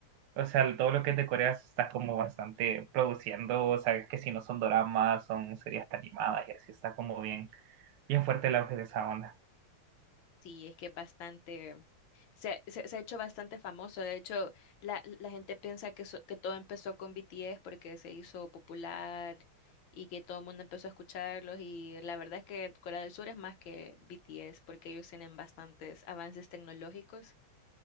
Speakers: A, on the right; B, on the left.
A: o sea, el- todo lo que es de Corea se está como bastante produciendo, o sea, que si no son doramas, son series animadas y así está como bien, bien fuerte el auge de esa onda.
B: Sí, es que es bastante, se, se, se ha hecho bastante famoso. De hecho, la, la gente piensa que, so- que todo empezó con BTS porque se hizo popular y que todo el mundo empezó a escucharlos. Y la verdad es que Corea del Sur es más que BTS porque ellos tienen bastantes avances tecnológicos